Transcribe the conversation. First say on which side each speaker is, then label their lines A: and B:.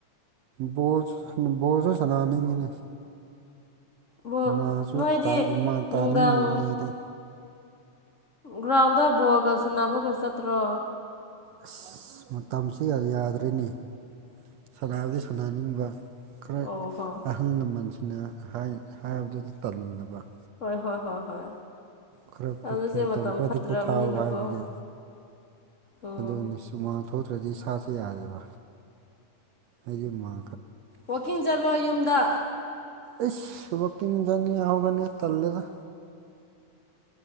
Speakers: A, on the right; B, on the left.
A: ꯕꯣꯁ ꯕꯣꯜꯁꯨ ꯁꯅꯥꯅꯤꯡꯏꯅꯦ
B: ꯕꯣ
A: ꯎꯃꯥꯁꯨ
B: ꯅꯣꯏꯗꯤ
A: ꯇꯥ ꯎꯃꯥ ꯇꯥꯅꯤꯡꯉꯤꯕꯅꯦ
B: ꯅꯨꯡꯗꯥꯡ
A: ꯑꯩꯗꯤ
B: ꯒ꯭ꯔꯥꯎꯟꯗ ꯕꯣꯜꯒ ꯁꯥꯟꯅꯕꯒ ꯆꯠꯇ꯭ꯔꯣ
A: ꯑꯁ ꯃꯇꯝꯁꯤꯒ ꯌꯥꯗ꯭ꯔꯦꯅꯦ ꯁꯥꯟꯅꯕꯗꯤ ꯁꯥꯟꯅꯅꯤꯡꯕ ꯈꯔ
B: ꯑꯣ ꯍꯣ
A: ꯑꯍꯜ ꯂꯃꯟꯁꯤꯡꯅ ꯍꯥꯏ ꯍꯥꯏꯕꯗꯨꯗ ꯇꯜꯂꯕ
B: ꯍꯣ ꯍꯣꯏ ꯍꯣꯏ
A: ꯈꯔꯄꯇꯤ
B: ꯑꯗꯨꯁꯦ
A: ꯃꯇꯝ ꯈꯔꯗꯤ
B: ꯐꯠꯇ꯭ꯔꯕꯅꯤꯅꯀꯣ
A: ꯄꯣꯊꯥꯎ ꯍꯥꯏꯕꯒꯤ
B: ꯎꯝ
A: ꯑꯗꯨꯅꯤ ꯁꯨꯃꯥꯡ ꯊꯣꯛꯇ꯭ꯔꯗꯤ ꯏꯁꯥꯁꯦ ꯌꯥꯗꯦꯕ ꯍꯥꯏꯗꯤ ꯃꯥ
B: ꯋꯥꯛꯀꯤꯡ ꯆꯠꯂꯣ ꯌꯨꯝꯗ
A: ꯑꯁ ꯋꯥꯛꯀꯤꯡ ꯆꯪꯅꯤ ꯍꯧꯒꯅꯤ ꯇꯜꯂꯦꯗ